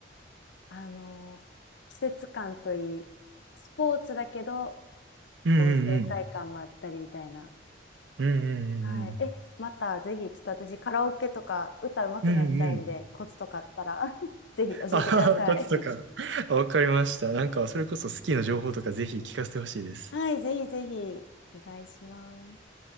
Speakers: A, on the left; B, on the right.
A: あのー季節感といい、スポーツだけど、
B: うんうんうん。
A: こう爽快感もあったりみたいな。
B: うんうんうんうん。
A: はい。え、またぜひ、ちょっと私カラオケとか歌うまくなりたいんで、
B: うんうん。
A: コツとかあったら <laughs> ぜひ教えてください。
B: あはは、コツとか。あわかりました。なんか、それこそスキーの情報とかぜひ聞かせてほしいです。
A: <laughs> はい、ぜひぜひ、お願いします。